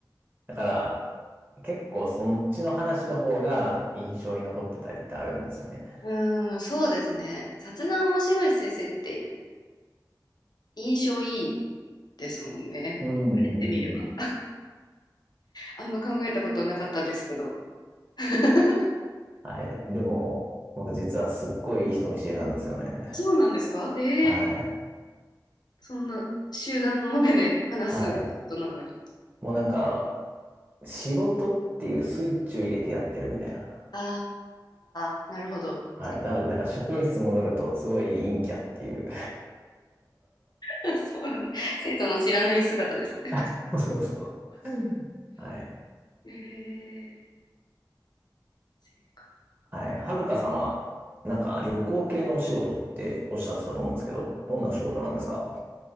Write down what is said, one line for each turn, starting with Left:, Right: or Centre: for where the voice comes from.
Right: だから、結構そっちの話の方が印象に残ってたりってあるんですよね。
Left: うん、そうですね。雑談面白い先生って印象いいですもんね。
Right: うんうんうんうん。
Left: 言われてみれば。あんま考えたことなかったですけど。<laughs>
Right: はい。でも、僕実はすっごい人見知りなんですよね。
Left: そうなんですかええ
Right: はい。
Left: そんな集団の前で話すことなのに。
Right: はい。もうなんか、仕事っていうスイッチを入れてやってるみたいな。
Left: ああ、なるほど。
Right: はい。
Left: せ
Right: なので、なんか職員室戻るとすごい陰キャっていう。
Left: <laughs> そうなんだ。生徒の知らない姿ですね。
Right: <laughs> そうそう。はい。
Left: ええそうか
Right: はい。はるかさんは、なんか旅行系のお仕事っておっしゃってたと思うんですけど、どんなお仕事なんですか